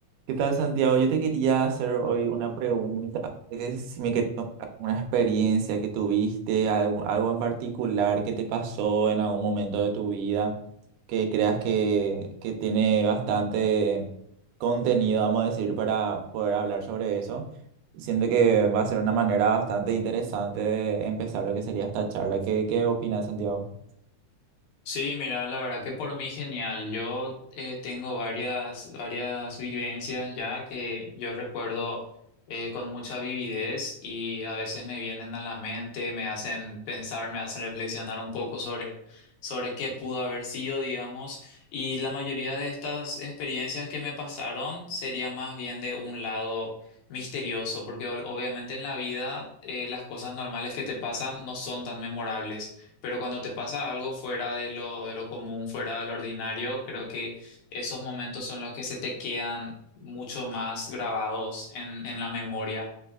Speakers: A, on the right; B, on the left.
A: ¿Qué tal, Santiago? Yo te quería hacer hoy una pregunta, que si me querías contar una experiencia que tuviste, algo, algo en particular que te pasó en algún momento de tu vida, que creas que, que tiene bastante contenido, vamos a decir, para poder hablar sobre eso. Siento que va a ser una manera bastante interesante de empezar lo que sería esta charla. ¿Qué, qué opinas, Santiago?
B: Sí, mira, la verdad que por mí genial. Yo eh, tengo varias, varias vivencias ya que yo recuerdo eh, con mucha vividez y a veces me vienen a la mente, me hacen pensar, me hacen reflexionar un poco sobre, sobre qué pudo haber sido, digamos. Y la mayoría de estas experiencias que me pasaron sería más bien de un lado misterioso, porque o- obviamente en la vida eh, las cosas normales que te pasan no son tan memorables. Pero cuando te pasa algo fuera de lo, de lo común, fuera de lo ordinario, creo que esos momentos son los que se te quedan mucho más grabados en, en la memoria.